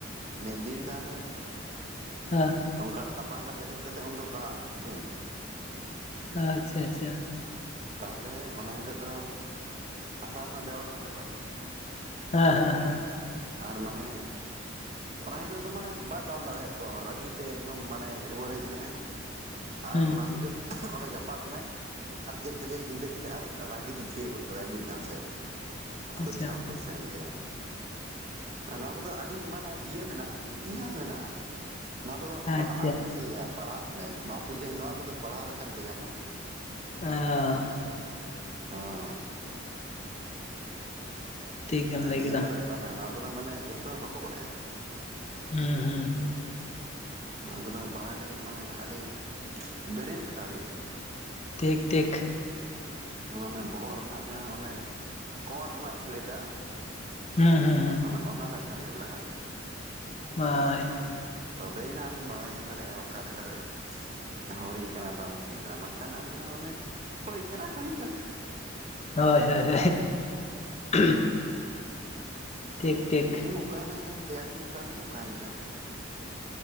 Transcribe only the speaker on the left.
ᱦᱟ᱾
ᱟᱪᱷᱟ ᱟᱪᱷᱟ᱾
ᱦᱮᱸ ᱦᱮᱸ ᱦᱮᱸ᱾
ᱦᱩᱸ
ᱟᱪᱪᱷᱟ
ᱟᱪᱪᱷᱟ
ᱚᱸ᱾
ᱴᱷᱤᱠ ᱜᱮᱢ
ᱞᱟᱹᱭ ᱠᱮᱫᱟ
ᱦᱩᱸ ᱦᱩᱸ ᱦᱩᱸ᱾
ᱴᱷᱤᱠ ᱴᱷᱤᱠ᱾
ᱦᱩᱸ ᱦᱩᱸ ᱦᱩᱸ᱾
ᱵᱟᱭ᱾
ᱦᱳᱭ ᱦᱳᱭ ᱦᱳᱭ᱾
ᱴᱷᱤᱠ ᱴᱷᱤᱠ